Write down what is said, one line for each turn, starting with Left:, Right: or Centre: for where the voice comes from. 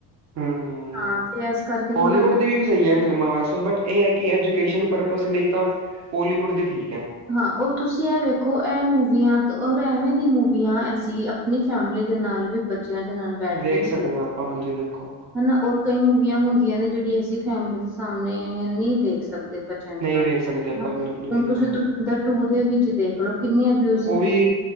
Right: ਹੂੰ,
Centre: ਹਾਂ ਤੇ ਇਸ ਕਰਕੇ
Right: ਹੋਲੀਵੁੱਡ
Centre: ਥੋੜਾ
Right: ਦੀ ਵੀ ਸਹੀ ਹੈ, ਫਿਲਮਾਂ ਵੈਸੇ, ਬਟ ਇਹ ਹੈ ਕਿ, ਐਜੂਕੇਸ਼ਨ ਪਰਪਜ਼ ਲਈ ਤਾਂ ਬੋਲੀਵੁੱਡ ਦੀ ਠੀਕ ਐ।
Centre: ਹਾਂ, ਉਹ ਤੁਸੀਂ ਐ ਵੇਖੋ, ਐ ਮੂਵੀਆਂ, ਔਰ ਐਵੇਂ ਦੀ ਮੂਵੀਆਂ, ਅਸੀਂ ਆ, ਅਪਣੀ ਫੈਮਲੀ ਦੇ ਨਾਲ ਵੀ, ਬੱਚਿਆਂ ਦੇ ਨਾਲ ਬੈਠਕੇ
Right: ਵੇਖ
Centre: ਵੀ
Right: ਸਕਦੇ
Centre: ਦੇਖ ਸਕਨੇ
Right: ਆਪਾਂ ਹਾਂਜੀ
Centre: ਹਾਂ।
Right: ਦੇਖੋ
Centre: ਹਨਾ, ਔਰ ਕਈ ਮੂਵੀਆਂ ਹੁੰਦੀਆਂ ਨੇ, ਜਿਹੜੀ ਅਸੀਂ ਫੈਮਿਲੀ ਦੇ ਸਾਹਮਣੇ ਨਹੀਂ ਦੇਖ ਸਕਦੇ ਬੱਚੇ, ਬੱਚਿਆਂ ਦੇ
Right: ਨਹੀਂ
Centre: ਨਾਲ
Right: ਵੇਖ
Centre: ਹਣਾ,
Right: ਸਕਦੇ ਆਪਾਂ ਬਿਲਕੁਲ ਵੀ
Centre: ਹੁਣ ਤੁਸੀਂ
Right: ਹਾਂ
Centre: ਧੁਰੰਦਰ ਟੂ ਦੇ ਵਿੱਚ ਦੇਖਲੋ ਕਿੰਨੀਆ ਅਬਯੁਜੀਵ
Right: ਉਹ ਵੀ
Centre: ਨੇ।